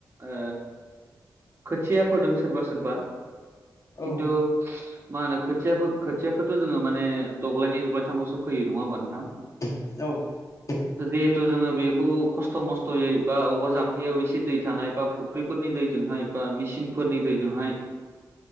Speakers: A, on the right; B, on the left.
A: ओ‌ खोथिया फोदों सोरबा सोरबा खिन्थु
B: औ
A: मा होनो खोथियाो खोथियाखौथ' जोंङो माने दब्लायनि दब्लायथामल'सो फैयो, नंङा होमबा नोंथां?
B: <unintelligible> औ <unintelligible>
A: जिहेथु जोङो बेखौ खस्थ' मस्थ'यै बा बबेबा जाम्फैयाव एसे दै थानाय बा फुख्रिफोरनि दैजोंहाय बा मिसिनफोरनि दैजोंहाय